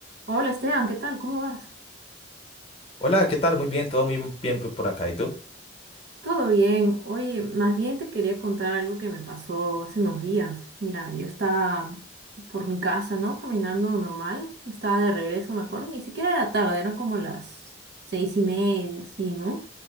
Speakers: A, on the right (about 55°); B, on the left (about 30°).
A: Hola Esteban, ¿qué tal? ¿Cómo vas?
B: Hola, ¿qué tal? Muy bien, todo muy bien por por acá. ¿Y tú?
A: Todo bien. Oye, más bien te quería contar algo que me pasó hace unos días. Mira, yo estaba por mi casa, ¿no? Caminando normal. Estaba de regreso, me acuerdo. Ni siquiera era tarde, eran como las seis y media, así, ¿no?